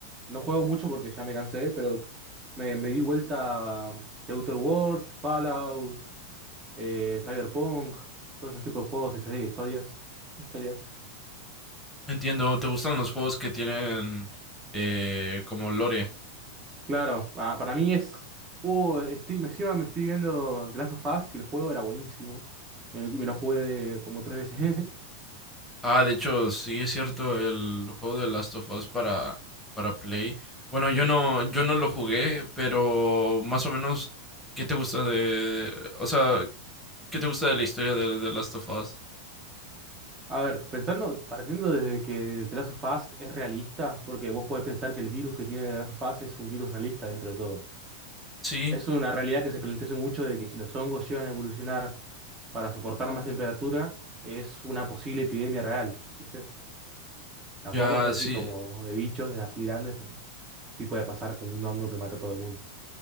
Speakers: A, on the right (about 25°); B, in the centre.
A: no juego mucho porque ya me cansé, pero me, me di vuelta de Outer Worlds, Fallout, eh, Cyberpunk, todos esos tipos de juegos y esas historias. Historia.
B: Entiendo. ¿Te gustan los juegos que tienen eh, como lore?
A: Claro, pa- para mí es. Uh, estoy, me encima me estoy viendo The Last of Us y el juego era buenísimo. Me, lo me lo jugué de- como tres veces. <laughs>
B: Ah, de hecho, sí, es cierto, el juego de Last of Us para, para Play. Bueno, yo no, yo no lo jugué, pero más o menos, ¿qué te gusta de, o sea, qué te gusta de la historia de, de Last of Us?
A: A ver, pensando, partiendo desde que The Last of Us es realista, porque vos podés pensar que el virus que tiene The Last of Us es un virus realista dentro de todo.
B: Sí,
A: Es una realidad que se plantea hace mucho de que si los hongos llegan a evolucionar para soportar más temperatura, es una posible epidemia real, ¿viste? Tampoco
B: ya,
A: es así
B: sí,
A: como de bichos de así grandes, pero sí puede pasar con un hongo que mata a todo el mundo.